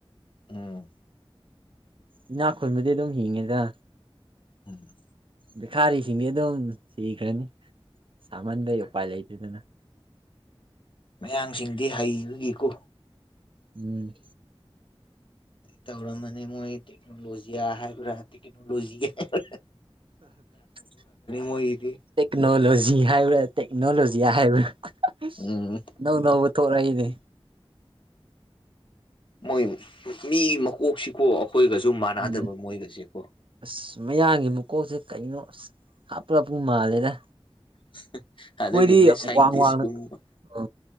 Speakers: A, on the left; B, on the right.
A: ꯎꯝ
B: ꯏꯅꯥ ꯈꯨꯟꯕꯗꯤ ꯑꯗꯨꯝ ꯍꯤꯡꯉꯦꯗ
A: ꯎꯝ
B: ꯕꯤꯈꯥꯔꯤꯁꯤꯡꯗꯤ ꯑꯗꯨꯝ ꯁꯤꯈ꯭ꯔꯅꯤ ꯁꯥꯃꯟꯕꯩ ꯎꯄꯥꯏ ꯂꯩꯇꯗꯅ
A: ꯃꯌꯥꯡꯁꯤꯡꯗꯤ ꯍꯩꯕꯅꯤꯀꯣ
B: ꯎꯝ
A: ꯇꯧꯔꯝꯃꯅꯤ ꯃꯣꯏ ꯇꯦꯛꯅꯣꯂꯣꯖꯤꯌꯥ ꯍꯥꯏꯕ꯭ꯔ ꯇꯦꯛꯅꯣꯂꯣꯖꯤ <inaudible> ꯍꯥꯏꯕ꯭ꯔ
B: <inaudible>
A: ꯃꯣꯏꯒꯤꯗꯤ
B: ꯇꯦꯛꯅꯣꯂꯣꯖꯤ ꯍꯥꯏꯕ꯭ꯔ ꯇꯦꯛꯅꯣꯂꯣꯖꯤꯌꯥ ꯍꯥꯏꯕ꯭ꯔ <inaudible>
A: ꯎꯝ
B: ꯑꯅꯧ ꯅꯧꯕ ꯊꯣꯛꯂꯛꯏꯅꯦ
A: ꯃꯣꯏ ꯃꯤ ꯃꯀꯣꯛꯁꯤꯀꯣ ꯑꯩꯈꯣꯏꯒꯁꯨ ꯃꯥꯟꯅꯗꯕ
B: ꯎꯝ
A: ꯃꯣꯢꯒꯁꯦꯀꯣ
B: ꯑꯁ ꯃꯌꯥꯡꯒꯤ ꯃꯀꯣꯛꯁꯦ ꯀꯩꯅꯣ ꯑꯁ ꯍꯥꯞꯔꯞꯄꯨ ꯃꯥꯜꯂꯦꯗ
A: <inaudible> ꯑꯗꯨꯒꯤꯅꯦ
B: ꯃꯣꯏꯗꯤ
A: ꯁꯥꯏꯟꯇꯤꯁꯀꯨꯝꯕ
B: ꯋꯥꯡ ꯋꯥꯡꯅ ꯑ